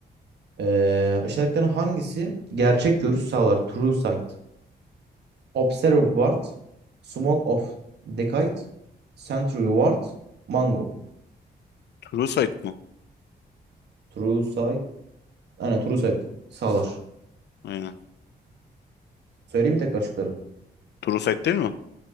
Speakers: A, on the right; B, on the left.
A: Ee, aşağıdakilerin hangisi gerçek görüş sağlar? True sight. Observe ward, smoke of decayed, sentry ward, mango.
B: True Sight mı?
A: True sight. Aynen true sight sağlar.
B: Aynen.
A: Söyleyeyim mi tekrar şıkları.
B: True Sight değil mi?